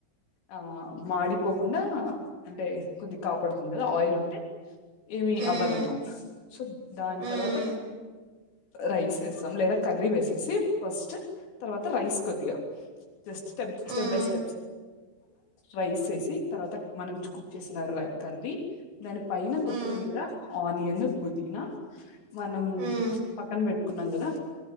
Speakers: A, on the left; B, on the right.
A: ఆ మాడిపోకుండా అంటే కొద్ది కాపాడుతుంది కదా ఆయిల్ ఉంటే ఏమీ
B: ఉమ్
A: అవ్వదనమాట సో దాన్
B: ఉమ్
A: తర్వాత రైస్ ఏస్తాం లేదా కర్రీ వేసేసి ఫస్ట్ తర్వాత రైస్ కొద్దిగ just step
B: um
A: step by steps rice ఏసి తర్వాత మనం కుక్ చేసిన ర కర్రీ దాని పైన కొత్తిమీర
B: ఉమ్
A: ఆనియన్న్ పుదీనా మనం
B: ఉమ్
A: పక్కన బెట్కున్నాం గదా